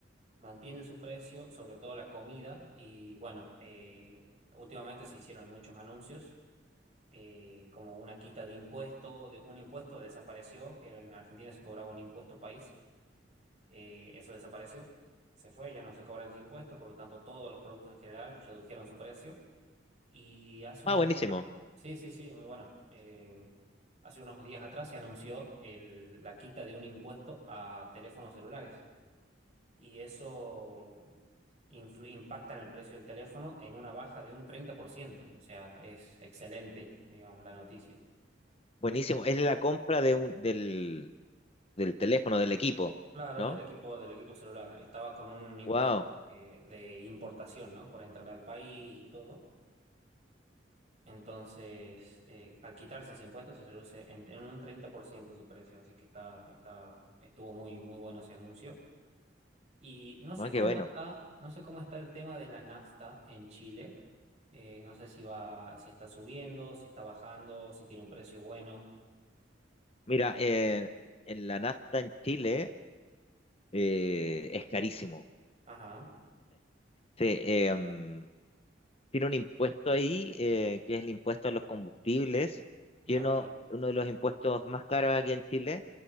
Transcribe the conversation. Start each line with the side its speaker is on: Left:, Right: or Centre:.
Right: mantienen su precio, sobre todo la comida. Y bueno, eh, últimamente se hicieron muchos anuncios, eh, como una quita de impuesto, de, un impuesto desapareció, que en Argentina se cobraba un impuesto país, eh, eso desapareció, se fue, ya no se cobra ese impuesto, por lo tanto todos los productos en general redujeron su precio. Y hace
Left: Ah,
Right: unos
Left: buenísimo.
Right: días, sí, sí, sí, muy bueno. Eh, hace unos días atrás se anunció el- la quita de un impuesto a teléfonos celulares y eso influ- impacta en el precio del teléfono en una baja de un treinta por ciento O sea, es excelente, digamos, la noticia.
Left: Buenísimo. Es la compra de un, del, del teléfono, del equipo,
Right: Claro,
Left: ¿no?
Right: del equipo, del equipo celular. Estaba con un impuesto
Left: wow
Right: eh, de importación, ¿no? Por entrar al país y todo. Entonces, eh, al quitarse ese impuesto se reduce en, en un 30% su precio, así que está, está, estuvo muy, muy bueno ese anuncio. Y no sé
Left: No, qué
Right: cómo
Left: bueno.
Right: está, no sé cómo está el tema de la nafta en Chile. Eh, no sé si va, si está subiendo, si está bajando, si tiene un precio bueno.
Left: Mira, eh, en la nafta en Chile eh, es carísimo.
Right: Ajá.
Left: Sí, eh, mm, tiene un impuesto ahí, eh, que es el impuesto a los combustibles, que
Right: Ah,
Left: uno,
Right: sí,
Left: uno de los impuestos más caros aquí en Chile,